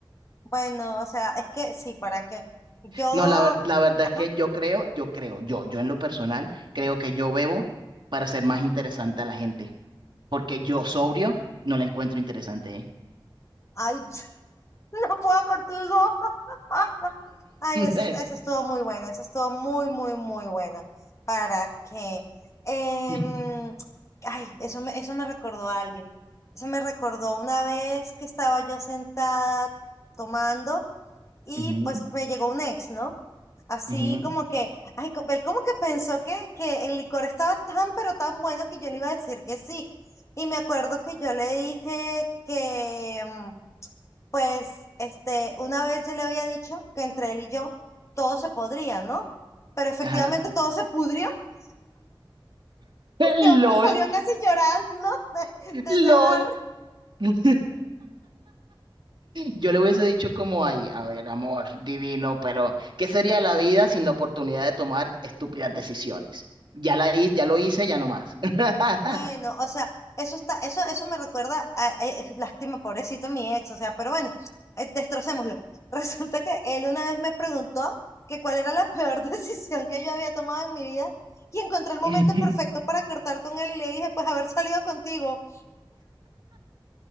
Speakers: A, on the left; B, on the right.
A: Bueno, o sea, es que sí, ¿para qué? Yo,
B: No, la, ver- la verdad
A: ajá,
B: es que yo creo, yo creo, yo, yo en lo personal, creo que yo bebo para ser más interesante a la gente. Porque yo sobrio no la encuentro interesante,
A: ay, <laughs> no puedo contigo. <laughs> Ay, esa,
B: ¿eh?
A: est- esa estuvo muy buena, esa estuvo muy, muy, muy buena. ¿Para qué? Em,
B: <laughs>
A: ay, eso me, eso me recordó a alguien. Eso me recordó una vez que estaba yo sentada tomando. y
B: Ujú,
A: pues me llegó un ex, ¿no? Así
B: ujú,
A: como que, ay, co- él como que pensó que, que el licor estaba tan, pero tan bueno que yo le iba a decir que sí. Y me acuerdo que yo le dije que, mm, pues, este, una vez yo le había dicho que entre él y yo todo se podría, ¿no? Pero efectivamente
B: Ajá.
A: todo se pudrió. <laughs>
B: <laughs>
A: Este
B: LOL,
A: hombre salió casi llorando de, de
B: LOL.
A: ese bar
B: <laughs> Yo le hubiese dicho como ahí, a ver, amor, divino, pero ¿qué sería la vida sin la oportunidad de tomar estúpidas decisiones? Ya la hice, ya lo hice, ya no más. <laughs>
A: Bueno, o sea, eso está, eso, eso me recuerda a, eh, eh, lástima, pobrecito mi ex, o sea, pero bueno, eh, destrocémoslo. <laughs> Resulta que él una vez me preguntó que cuál era la peor <laughs> decisión que yo había tomado en mi vida y encontré el momento
B: <laughs>
A: perfecto para cortar con él y le dije, pues haber salido contigo.